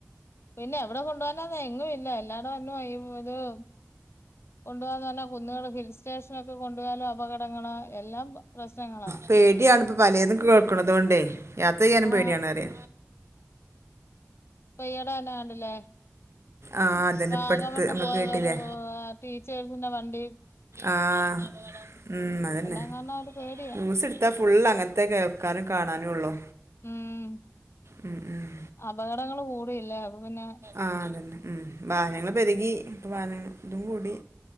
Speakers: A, on the left; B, on the right.
A: പിന്നെ എവിടെ കൊണ്ട് പോവാന എങ്ങും ഇല്ല എല്ലാടെ എന്നും അയ്മുത് ഓ കൊണ്ട് പോ <unintelligible> <unintelligible> കുന്നുകൾ ഒക്കെ ഹിൽ സ്റ്റേഷനൊക്കെ കൊണ്ടു പോയാലും അപകടങ്ങളാ എല്ലാം പ പ്രശ്നങ്ങളാ.
B: പേടിയാണ്പ്പൊ പലെതും കേൾക്ക്ണതോണ്ടേ യാത്ര ചെയ്യാനും
A: ആ
B: പേടിയാണ് പറയ.
A: ഇപ്പെയ്യിടെ തന്നെ കണ്ടിലെ
B: ആഹ് അതന്നെ
A: വാഗമണ്ണ്
B: ഇപ്പടുത്ത് നമ്മള്
A: പോയവര്
B: കേട്ടില്ലേ
A: ഓ വാ ടീച്ചേയ്സിന്റെ വണ്ടീ
B: ആഹ് ഉം അതെന്നെ.
A: എല്ലാം കാരണം അവര് പേടിയാ
B: ന്യൂസ് ഇട്ത്താ ഫുള്ള് അങ്ങൻത്തെ കേൾക്കാനും കാണാനും ഒള്ളു.
A: ഉം
B: ഉം, ഉം
A: അപകടങ്ങള് കൂടിയില്ലേ. അപ്പ പിന്നെ
B: ആഹ് ഉം അതെന്നെ ഉം വാഹനങ്ങൾ പെരുകി ഇപ്പ വാഹനങ്ങൾ ഇതും കൂടി